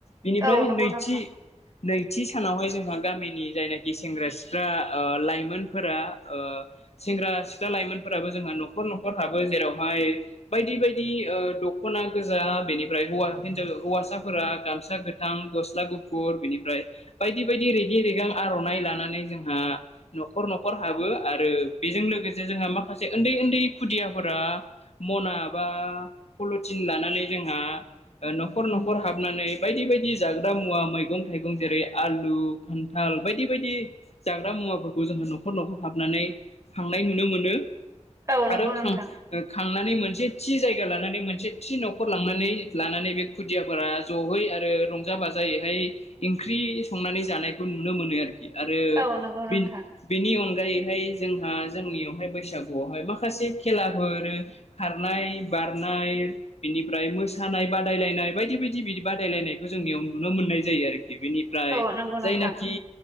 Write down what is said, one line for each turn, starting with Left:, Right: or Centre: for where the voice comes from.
Left: बिनिफ्राय
Right: औ नंगौ
Left: नैथि
Right: नोंथां
Left: नैथि सानावहाय जोंहा गामिनि जायनाखि सेंग्रा सिख्ला ओ लाइमोनफोरा ओ सेंग्रा सिख्ला लाइमोनफोराबो जोंहा न'खर न'खर हाबो जेरावहाय बायदि बायदि ओ दख'ना ‌ गोजा बेनिफ्राय हौवा हिनजाव हौवासाफोरा गामसा गोथां गस्ला गुफुर बिनिफ्राय बायदि बायदि रेगे रेगां आर'नाइ लानानै जोंहा न'खर न'खर हाबो आरो बेजों लो लोगोसे जोंहा माखासे ओन्दै ओन्दै खुदियाफोरा मना बा फलथि थिन लानानै जोंहा ओ न'खर न'खर हाबनानै बायदि बायदि जाग्रा मुवा मैगं थाइगं जेरै आलु खान्थाल बायदि बायदि जाग्रा मुवाफोरखौ जोंहा न'खर न'खर हाबनानै खांनाय नुनो मोनो
Right: औ नंगौ
Left: आरो
Right: नोंथां
Left: खां ओ खांनानै मोनसे थि जायगा लानानै मोनसे थि न'खर लांनानै लानानै बे खुदियाफोरा जहै आरो रंजा बाजायैहाय इंख्रि इ संनानै जानायखौ नुनो मोनो आरोखि आरो
Right: औ नंगौ नोंथां
Left: बेन बेनि अनगायै हाय जोंहा जोंनियावहाय बैसागुआवहाय माखासे खेलाफोर खारनाय बारनाय जायो। बिनिफ्राय मोसानाय बादायलायनाय बायदि बायदि बिदि बादायलायनायखौ जोंनियाव नुनो मोननाय जायो आरो। बिनिफ्राय
Right: औ नंगौ नोंथां
Left: जायनाखि